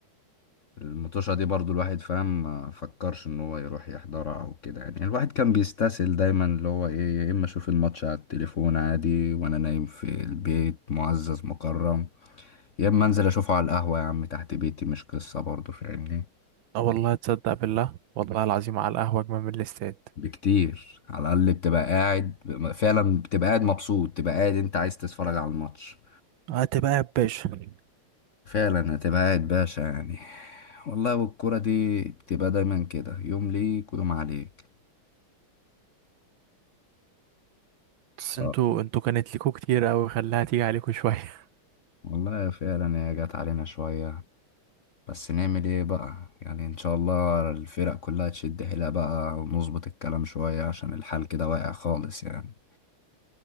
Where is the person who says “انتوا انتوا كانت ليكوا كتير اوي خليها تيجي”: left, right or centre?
Right